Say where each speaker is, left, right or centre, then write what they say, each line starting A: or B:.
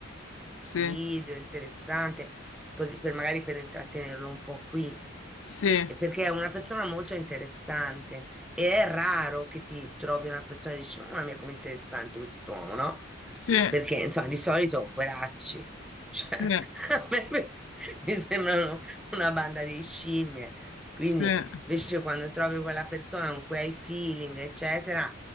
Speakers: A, on the left; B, in the centre.
A: sì,
B: video interessante, così per magari per intrattenerlo un po' qui.
A: sì,
B: E Perché è una persona molto interessante e è raro che ti trovi una persona e dici, mamma mia, com'è interessante quest'uomo, no?
A: sì,
B: Perché, insomma, di solito, poveracci, cioè,
A: sì,
B: <laughs> a me mi mi sembrano una banda di scimmie. Quindi,
A: sì.
B: invece, quando trovi quella persona con cui hai feeling, eccetera,